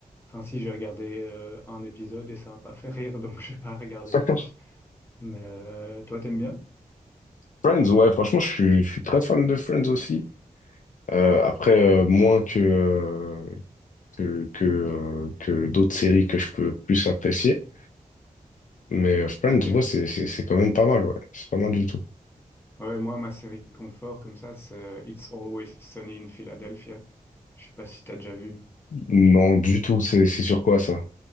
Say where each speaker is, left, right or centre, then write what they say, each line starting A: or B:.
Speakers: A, on the left (about 15°); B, on the left (about 60°).
A: Enfin, si j'ai regardé euh, un épisode et ça m'a pas <laughs> fait rire, donc <laughs> je vais pas regarder
B: <laughs>
A: plus. Mais euh, toi, t'aimes bien?
B: Friends, ouais, franchement, je suis, je suis très fan de Friends aussi. Euh, après, euh, moins que, euh, que, que, euh, que d'autres séries que je peux plus apprécier. Mais euh, Friends,
A: Ok. Ouais,
B: ouais, c'est, c'est, c'est quand même pas mal, ouais. C'est pas mal du tout.
A: Ouais, moi, ma série confort comme ça, c'est euh, It's Always Sunny in Philadelphia. Je sais pas si t'as déjà vu.
B: Non, du tout, c'est, c'est sur quoi ça?